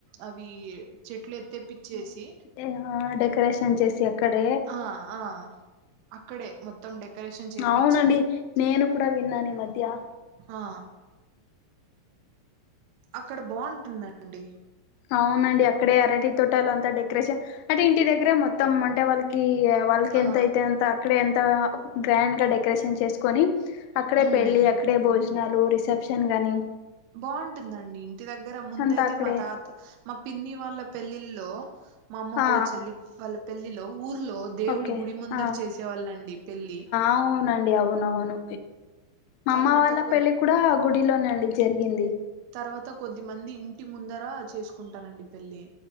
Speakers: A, on the right; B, on the left.
A: అవీ చెట్లు ఎత్తేప్పిచ్చేసి
B: ఆ డెకరేషన్ చేసి అక్కడే
A: ఆ ఆ అ అక్కడే మొత్తం డెకరేషన్ చేపిచ్చి
B: అవునండి నేను కూడా విన్నాను ఈ మధ్య
A: ఆ అక్కడ బావుంటుందండి
B: అవునండి అక్కడే అరటి తోటాలు అంతా డెకరేషన్ అంటే ఇంటి దగ్గరె మొత్తం అంటే వాళ్ళ కి కీ వాళ్ళకి
A: ఆ
B: ఎంతయితే ఎంత అక్కడే ఎంత గ్రాండ్ గా డెకరేషన్ చేసుకొని అక్కడే
A: ఉమ్
B: పెళ్ళి అక్కడే భోజనాలు రిసెప్షన్ గాని
A: బావుంటుందండి ఇంటి దగ్గర ముందు
B: అంతా
A: అయితే
B: అక్కడే
A: మా తాత మా పిన్ని వాళ్ళ పెళ్ళిల్లొ మా అమ్మ
B: ఆ
A: వాళ్ళ చెల్లి వాళ్ళ పెళ్ళిలో ఊర్లో దేవుడి
B: ఓకే
A: గుడి ముందర
B: ఆ
A: చేసేవాళ్ళండి పెళ్ళి
B: అవునండి అవునవును మా
A: తర్వాత
B: అమ్మ వాళ్ళ
A: కొ
B: పెళ్ళి కూడా గుడిలోనేండి జరిగింది
A: తర్వాత కొద్ది మంది ఇంటి ముందర చేసుకుంటారండి పెళ్లి